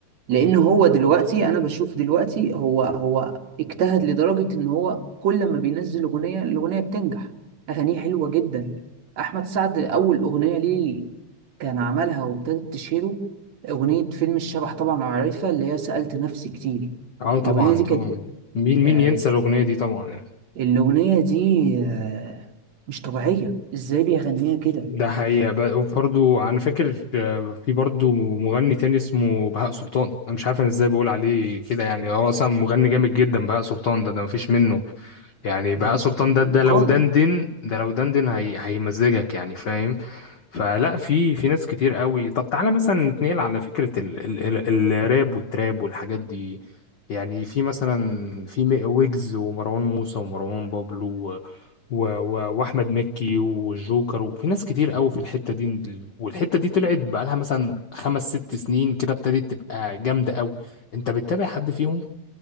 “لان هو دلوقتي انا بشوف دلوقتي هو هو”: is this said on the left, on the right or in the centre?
Right